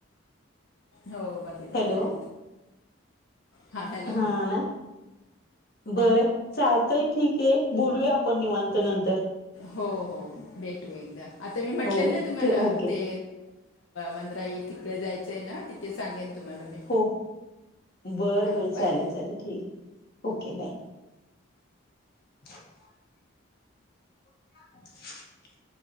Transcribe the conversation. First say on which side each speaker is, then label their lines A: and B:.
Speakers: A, on the left; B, on the left.
A: हो बाकी
B: हॅलो
A: बरं आहे हां हॅलो
B: हा ना बरं चालतंय ठीक आहे बोलूया आपण निवांत नंतर
A: हो हो भेटू एकदा आता मी म्हटलेल
B: हो
A: ना तुम्हाला
B: ठे ओके
A: ते मंदराई तिकडे जायचंय ना तिथे सांगेन तुम्हाला मी
B: हो बरं
A: हां
B: बर
A: बाय
B: चालेल चालेल ठीक आहे ओके बाय <inaudible> <inaudible>